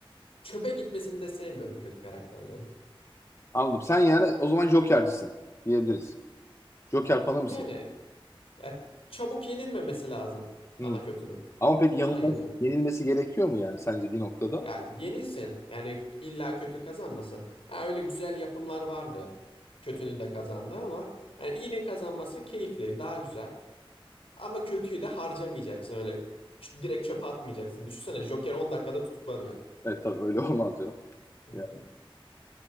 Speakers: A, on the left; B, on the left.
A: çöpe gitmesini de sevmiyorum kötü karakterlerin.
B: Anladım. Sen yani o zaman Joker'cisin diyebiliriz. Joker fanı mısın?
A: Yani ya çabuk yenilmemesi lazım ana
B: Hı.
A: kötünün.
B: Ama pek
A: Ondan
B: yanılmaz,
A: yanayım.
B: yenilmesi gerekiyor mu yani sence bir noktada?
A: Ya yenilsin. Yani illa kötü kazanmasın. Ha öyle güzel yapımlar vardı. Kötünün de kazandı ama yani iyinin kazanması keyifli, daha güzel. Ama kötüyü de harcamayacaksın öyle. Ç- Direkt çöpe atmayacaksın. Düşünsene Joker 10 dakikada tutuklanıyor.
B: Evet tabii öyle <laughs> olmaz canım.
A: <laughs>
B: Ya.